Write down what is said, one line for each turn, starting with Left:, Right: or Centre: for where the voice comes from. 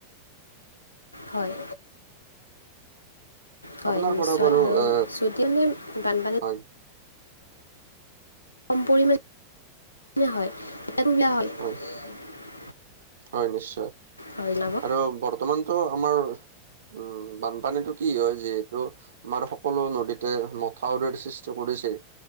Left: হয়। হয়,
Right: আপোনাৰ
Left: নিশ্চয়
Right: পৰা বাৰু
Left: আৰু
Right: এ
Left: যদি আমি বানপানী
Right: হয়,
Left: কম পৰিমাণে হয় <unintelligible> হ'ল
Right: হয়,
Left: <inaudible>
Right: হয় নিশ্চয়।
Left: হয় জনাব
Right: আৰু বৰ্তমানটো আমাৰ উম বানপানীটো কি হয় যিহেতু, আমাৰ সকলো নদীতে মথাউৰী স্সৃ কৰিছে।